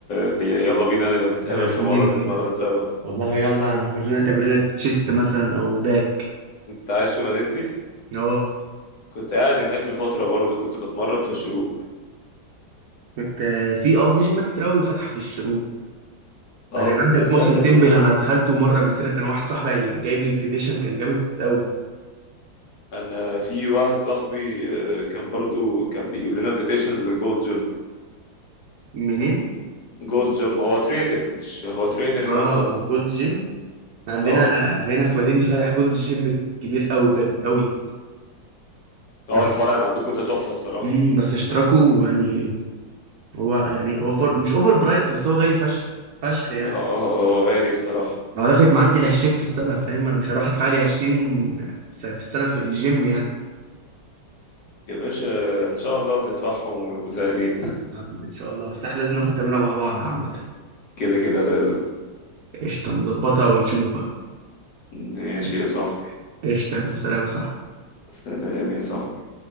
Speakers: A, on the left (about 60°); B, on the right (about 65°).
A: دي يلا بينا نبقى نتقابل
B: انا في
A: في
B: مدينتي
A: مرة نتمرن
B: هنا
A: سوا
B: والله يلا ناخد لنا تمرينة تشيست مثلا او باك
A: انت عايش في مدينتي
B: اه
A: كنت قاعد هناك لفترة برضو كنت بتمرن في الشروق
B: كنت في اه في جيمات كتير قوي فاتحه في الشروق
A: اه
B: يعني
A: كنت
B: عندك
A: ساعتها
B: ماسل تمبل
A: كنت
B: انا دخلته مره قبل كده كان واحد صاحبي جايب لي انفيتيشن كان جامد قوي
A: انا في واحد صاحبي آه، كان برضو كان بيجيب لنا انفيتيشنز لجولد جيم
B: منين
A: جولد جيم هو ترينر مش هو ترينر
B: اه
A: هناك اصلا
B: جولدز جيم عندنا
A: اه
B: هنا في مدينتي فاتح جولدز جيم كبير قوي بجد قوي
A: اه
B: بس
A: الفرع اللي عندكم ده تحفة بصراحة
B: امم بس اشتراكه يعني هو يعني اوفر مش اوفر برايس بس هو غالي فشخ فشخ يعني
A: اه هو غالي بصراحة
B: اعتقد معدي ال 20 في السنه فاهم انا مش هروح ادفع لي 20 س- في السنه في الجيم يعني
A: يا باشا ان شاء الله تدفعهم ويبقوا سهلين
B: يا عم ان شاء الله بس احنا لازم ناخد تمرينه مع بعض عامه
A: <laughs> كده كده لازم
B: قشطه نظبطها ونشوف بقى
A: ماشي يا صاحبي
B: قشطه يلا سلام يا صاحبي
A: سلام يا صاحبي